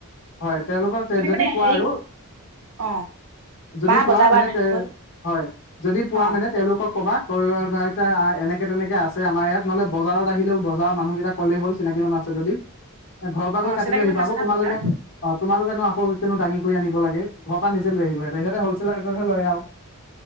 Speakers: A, on the left; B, on the right.
A: হয়। তেওঁলোকক তে
B: আমি
A: যদি
B: মানে
A: পোৱা
B: হেৰি
A: আৰু,
B: অ
A: যদি
B: মা
A: পোৱা
B: বজাৰ বাৰ
A: মানে
B: দিনা
A: তে,
B: গ'ল
A: হয়। যদি পোৱা
B: অ
A: মানে তেওঁলোকক ক'বা। <unintelligible> এনেকে-তেনেকে আছে আমাৰ ইয়াত, নহ'লে বজাৰত আহিলেও। বজাৰৰ মানুহকেইটাক ক'লে হ'ল চিনাকি মানুহ আছে যদি। ঘৰৰ পৰা
B: অ
A: গৈ কাটি
B: চিনাকি
A: লৈ আহিবা।
B: মানুহ আছে
A: আকৌ
B: নহয়
A: তোমালোকে,
B: বজাৰ
A: অ' তোমালোকেনো আকৌ <unintelligible> দাঙি কৰি আনিব লাগে। ঘৰৰ পৰা নিজে লৈ আহিব লাগে সিহঁতে হলচেলৰ ৰেটতহে লয় আৰু।